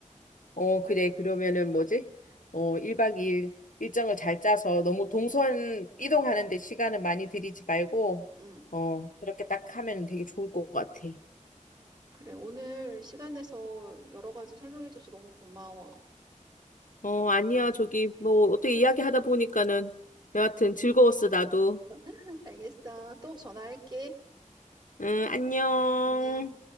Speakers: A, on the left; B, on the right.
A: 어, 그래. 그러면은 뭐지? 어, 1박 2일 일정을 잘 짜서 너무 동선
B: 음,
A: 이동하는데 시간을 많이 들이지 말고,
B: 음.
A: 어, 그렇게 딱 하면 되게 좋을 것 같아.
B: 그래, 오늘 시간 내서 여러 가지 설명해줘서 너무 고마워.
A: 어, 아니야. 저기, 뭐, 어떻게 이야기하다 보니까는 여하튼 즐거웠어, 나도.
B: <laughs> 알겠어. 또 전화할게.
A: 응, 안녕.
B: 안녕.